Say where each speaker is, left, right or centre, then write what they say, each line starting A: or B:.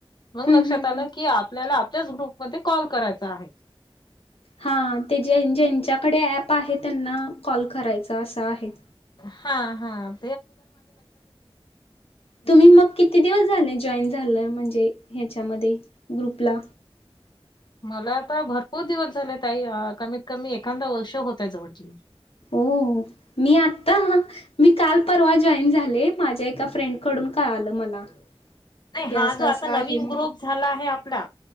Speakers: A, on the left; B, on the left.
A: मंग
B: हम्म
A: लक्षात
B: हम्म
A: आलं
B: हम्म
A: की, आपल्याला. त्याच ग्रुपमध्ये कॉल करायचा आहे.
B: हां ते जें जेंच्याकडे ॲप आहे, त्यांना कॉल करायचा असं आहे.
A: हां हां.
B: तुम्ही मग किती दिवस झाले जॉईन झालंय म म्हंजे ह्याच्यामध्ये ग्रुपला?
A: मला आता भरपूर दिवस झाले ताई‌ अ कमीत कमी एखांद वर्ष होतंय जवळ ज
B: ओ मी आत्ता मी काल परवा जॉईन झाले माझ्या एका फ्रेंड कडून कळाल मला.
A: नाही
B: की
A: हाजो
B: असं
A: आता
B: असं
A: नवीन
B: आहे म्हणून
A: ग्रुप झाला आहे आपला